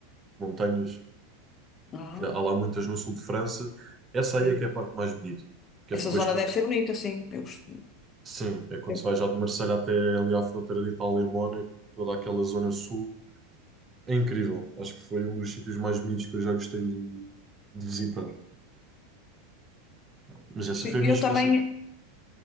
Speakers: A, on the right; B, on the left.
A: montanhas
B: Ah,
A: que há lá muitas no sul de França. Essa aí
B: ok.
A: é que é a parte mais bonita, que
B: Essa
A: é depois,
B: zona
A: quando-
B: deve ser bonita, sim. Eu, gosto-
A: sim, é quando
B: eu-
A: se vai já de Marselha até ali à fronteira de Itália e Mónaco, toda aquela zona sul. É incrível. Acho que foi um dos sítios mais bonitos que eu já gostei de, de visitar. Mas essa
B: sim,
A: foi a minha.
B: eu também,
A: Essa...